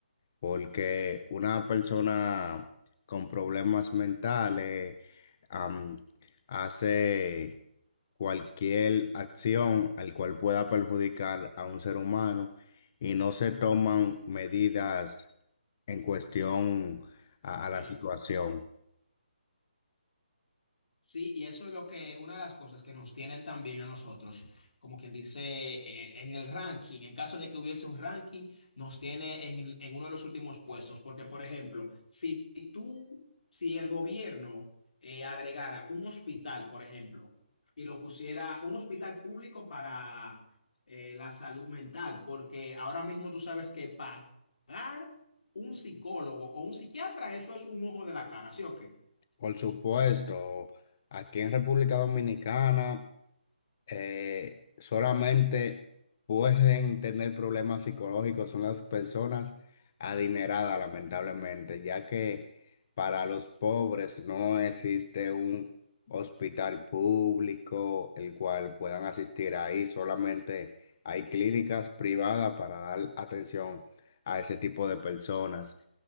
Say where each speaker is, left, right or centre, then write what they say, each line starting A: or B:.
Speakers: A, on the left; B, on the left.
A: porque una persona con problemas mentales am, hace cualquier acción al cual pueda perjudicar a un ser humano y no se toman medidas en cuestión a, a
B: Sí.
A: la situación.
B: Sí, y eso es lo que, una de las cosas que nos tienen también a nosotros, como quien dice, eh, en el ranking, en caso de que hubiese un ranking, nos tiene en, el- en uno de los últimos puestos, porque por ejemplo, si tú, si el gobierno eh, agregara un hospital, por ejemplo, y lo pusiera un hospital público para eh, la salud mental, porque ahora mismo tú sabes que pagar un psicólogo o un psiquiatra, eso es un ojo de la cara, ¿sí o qué?
A: Por supuesto, aquí en República Dominicana eh, solamente pueden tener problemas psicológicos son las personas adineradas, lamentablemente, ya que para los pobres no existe un hospital público el cual puedan asistir ahí, solamente hay clínicas privadas para dar atención a ese tipo de personas.